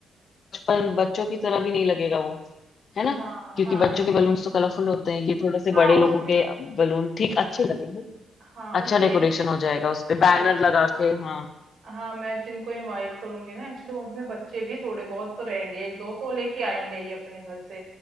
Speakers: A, on the left; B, on the right.
A: बचपन बच्चों की तरह भी नहीं लगेगा वो है ना
B: हाँ
A: क्योंकि
B: हाँ
A: बच्चों के बलून्स
B: इ-
A: तो कलरफुल होते हैं ये थोड़े
B: हाँ
A: से बड़े
B: उसमें
A: लोगों के बलून ठीक अच्छे लगेंगे
B: हाँ
A: अच्छा
B: उसमें
A: डेकोरेशन
B: एक
A: हो जाएगा उस पे बैनर
B: उसमें
A: लगा
B: जो
A: के हाँ
B: हाँ मैं जिनको इनवाइट करूंगी ना एक्चुअली उसमें बच्चे भी थोड़े बहुत तो रहेंगे एक दो तो लेके आएंगे ही अपने घर से